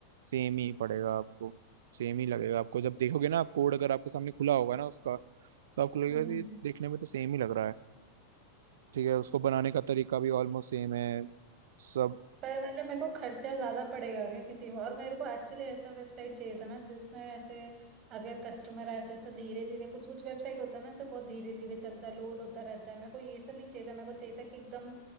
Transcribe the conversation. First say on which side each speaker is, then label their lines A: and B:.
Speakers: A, on the right (about 60°); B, on the right (about 35°).
A: सेम ही पड़ेगा आपको सेम ही लगेगा आपको जब देखोगे ना आप कोड अगर आपके सामने खुला होगा ना उसका तो आपको लगेगा
B: हम्म
A: कि देखने में तो सेम ही लग रहा है ठीक है उसको बनाने का तरीका भी ऑलमोस्ट सेम है सब
B: पर मतलब मेरे को खर्चा ज्यादा पड़ेगा क्या किसी में और मेरे को एक्चुअली ऐसा वेबसाइट चाहिए था ना जिसमें ऐसे अगर कस्टमर आए तो ऐसा धीरे धीरे कुछ कुछ वेबसाइट होता है ना ऐसे बहुत धीरे धीरे चलता है लोड होता रहता है मेरे को ये सब नहीं चाहिए था मेरे को चाहिए था कि एकदम